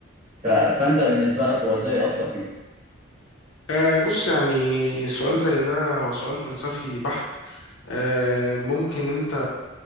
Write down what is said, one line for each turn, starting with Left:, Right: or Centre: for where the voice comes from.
Right: ف... فانت بالنسبه لك هو ازاي اثر فيك؟
Left: أه بص يعني سؤال زي ده هو سؤال فلسفي بحت أه ممكن انت